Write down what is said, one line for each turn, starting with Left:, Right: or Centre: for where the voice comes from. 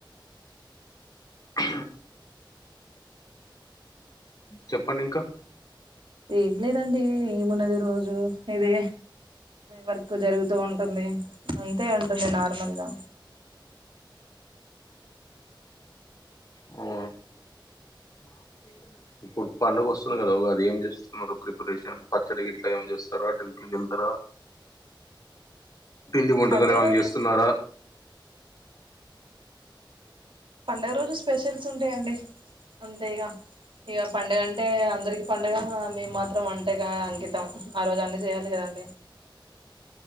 Left: ఆ చెప్పండి ఇంకా
Right: ఏగలేదండి మనదిరు రోజు ఇదే వర్క్ జరుగుతూ ఉంటుంది అ ఇ ఉంటంది నార్మల్గా
Left: అఓ అ ఇప్పుడు పడుగ వస్తుంది కదా ఉగాది ఏం చేస్తున్నారు ప్రిపరేషన్ పచ్చడి ఇట్లా ఏమైనా చేస్తారా టెంపుల్కి వెళ్తారా పిండి వంటకాలు
Right: పండుగ
Left: ఏమనా
Right: రోజులు
Left: చేస్తున్నారా
Right: పండుగ రోజు స్పెషల్స్ ఉంటాయండి అంతే ఇక ఇక పండగంటే అందరికి ప అండగా మేము మాత్రం అంటేగా అంకితం ఆ రోజు అన్ని చేయాలి కదం